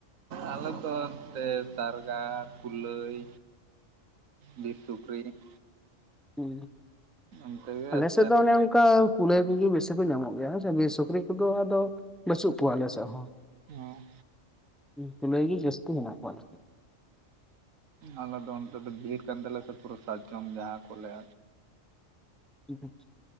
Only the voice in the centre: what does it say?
ᱦᱩᱸ
ᱟᱞᱮ
ᱥᱮᱫ ᱫᱚ ᱚᱱᱮ ᱚᱱᱠᱟ ᱠᱩᱞᱟᱹᱭ ᱠᱚᱜᱮ ᱵᱤᱥᱤ ᱠᱚ ᱧᱟᱢᱚᱜ ᱜᱮᱭᱟ ᱦᱮᱸ ᱥᱮ ᱥᱩᱠᱨᱤ ᱠᱚᱫᱚ ᱟᱫᱚ ᱵᱟᱹᱪᱩᱜ ᱠᱚᱣᱟ ᱟᱞᱮ ᱥᱮᱫ ᱦᱚᱸ᱾
ᱠᱩᱞᱟᱹᱭ ᱜᱮ ᱡᱟᱹᱥᱛᱤ ᱦᱮᱱᱟᱜ ᱠᱚᱣᱟ ᱟᱞᱮ ᱥᱮᱫ ᱾
ᱦᱩᱸ <unintelligible>